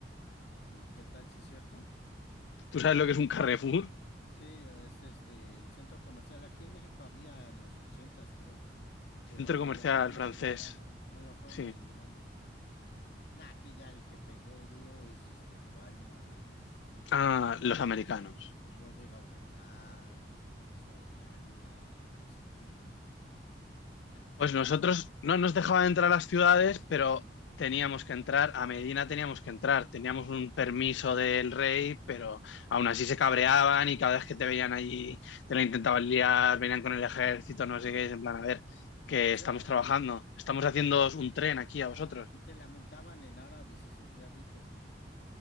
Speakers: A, on the left; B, on the left.
A: y qué tal, sí es cierto?
B: ¿Tú sabes lo que es un Carrefour?
A: Sí, es este el centro comercial. Aquí en México había en los ochentas, creo, pero
B: Centro comercial
A: lo fueron eliminando,
B: francés.
A: ah, lo fueron
B: Sí.
A: eliminando, sí. Nah, aquí ya el que pegó duro es este Walmart, este
B: Ah, los americanos.
A: Bodega Aurrerá, que Soriana, y que no sé quién. Sí.
B: Pues nosotros no nos dejaban entrar a las ciudades, pero teníamos que entrar, a Medina teníamos que entrar, teníamos un permiso del rey, pero
A: Ujú,
B: aún así se cabreaban y cada vez que te veían allí te la intentaban liar, venían con
A: ujú.
B: el ejército, no sé qué, es en plan, a ver, que
A: O sea,
B: estamos trabajando, estamos haciendo un tren aquí a vosotros.
A: y te lamentaban en árabe y se sentía rico, ¿cómo?